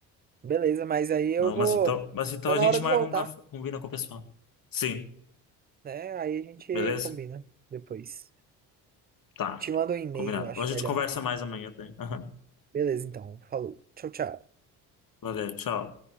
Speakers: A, on the right; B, on the left.
A: Beleza, mas aí eu
B: Não,
A: vou.
B: mas então, mas então
A: Tá
B: a
A: na
B: gente
A: hora de
B: marca
A: voltar,
B: um café, combina com o pessoal. Sim,
A: né? Aí a gente
B: beleza?
A: combina depois.
B: Tá,
A: Te mando um e-mail,
B: combinado.
A: acho
B: A gente
A: melhor.
B: conversa mais amanhã, tá? Aham.
A: Beleza, então. Falou. Tchau, tchau.
B: Valeu, tchau.